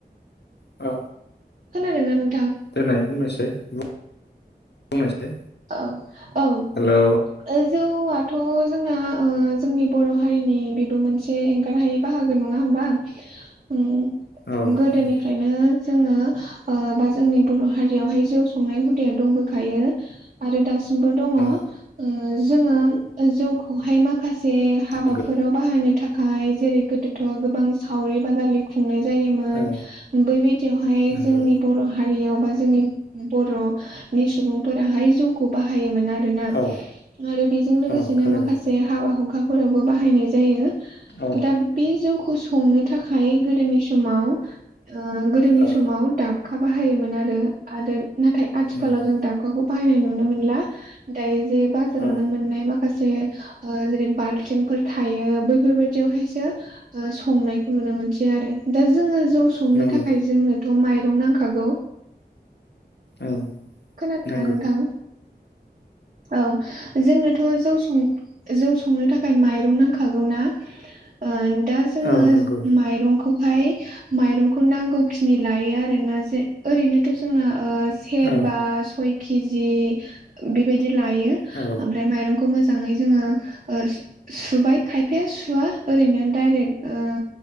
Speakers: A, on the left; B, on the right.
A: औ
B: खोनादों नों
A: देनाय बुंनायसाय बुंनायसाय
B: औ औ
A: हेलौ
B: ओ जौआथ' जोंना ओ जोंनि बर' हारिनि बेबो मोनसे एंगारहायै बाहागो नङा होम बा उम
A: औ
B: गोदोनिफ्रायनो
A: नंगौ
B: जोङो ओ बा जोंनि बर' हारियावहाय जौ संनाय हु दाया दंबोखायो आरो दासिमबो दङ' ओ
A: औ
B: जोङो जौखौहाय माखासे हाबाफोराव
A: नंगौ
B: बाहायनो थाख खाय जेरै गोदोथ' गोबां सावरि बादालि खुंनाय जायोमोन
A: औ
B: बैबायदियावहाय
A: नंगौ
B: जोंनि बर' हारियाव बा जोंनि बर' नि सुबुंफोराहाय जौखौ बाहायोमोन आरोना
A: औ
B: आरो बेजों लोगोसेनो
A: औ थारैनो
B: माखासे हाबा हुखा फोरावबो बाहनाय जायो
A: औ
B: दा बे जौखौ संनो थाखाय गोदोनि स माव ओ गोदोनि
A: औ
B: समाव दाबखा बाहायोमोन आरो आरो नाथाय थिखालाव
A: नंगौ
B: जों दाबखाखौ बाहायनाय नुनो मोनला दायो जे बाजारावनो
A: औ
B: मोननाय माखासे जे‌ ओ जेरै ओ बालथिंफोर थायो बैफोरबायदियावहायसो संनाय खौ नुनो मोनसै आरो दा जोङो जौ संनो
A: नंगौ
B: थाखाय जोंनो थ' माइरं नांखागौ
A: औ
B: खोनादोंना
A: नंगौ
B: नोंथां औ जोंनोथ' जौ <unintelligible> जौ संनो थाखाय माइरं नांखागौ ना ओ दा जोङो
A: औ नंगौ
B: माइरं खौहाय माइरंखौ नांगौखिनि लायो आरोना जे ओरैनोथ' जोंनो ओ
A: औ
B: बा सय केजि बेबादि लायो
A: औ
B: आमफ्राय मायरंखौ मोज जाङै जाङो ओ सु-सुबाय खायफाया सुवा ओरैनो डाइरेक्ट ओ